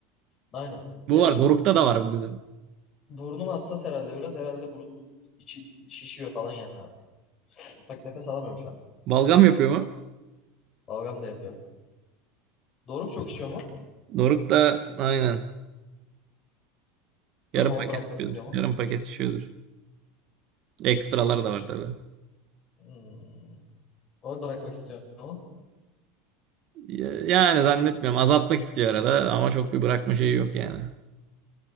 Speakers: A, on the left; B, on the right.
A: Aynen. Benim
B: Bu var. Doruk'ta da var bu bizim.
A: burnum hassas herhalde biraz. Herhalde burnum içi şişiyor falan yani artık. Bak nefes alamıyorum şu an.
B: Balgam yapıyor mu?
A: Balgam da yapıyor. Doruk çok içiyor mu?
B: Doruk da aynen. Yarım
A: Bıra- O
B: paket
A: bırakmak
B: içiyordur.
A: istiyor mu?
B: Yarım paket içiyordur. Ekstralar
A: O
B: da var
A: Çok...
B: tabii.
A: Hmm. Onu bırakmak istiyorum ama
B: Ya- Yani zannetmiyorum. Azaltmak istiyor arada ama çok bir bırakma şeyi yok yani.